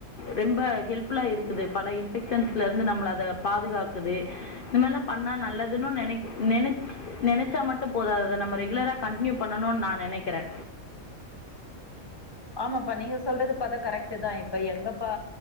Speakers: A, on the left; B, on the left.
A: ரொம்ப ஹெல்ப் ஃபுல்லா இருக்குது பல இன்ஃபெக்சன்ஸ்லருந்து நம்ள அத பாதுகாக்குது இந்த மாரிலா பண்ணா நல்லதுன்னு நெ இனைகி நெனச் நெனச்சா மட்டு போதாது அத நம்ம ரெகுலரா கண்டின்யூ பண்ணணுன் நா நெனைகறே
B: ஆமாப்பா நீங்க சொல்றது பாத்தா கரெக்டுதா இப்ப எங்கப்பா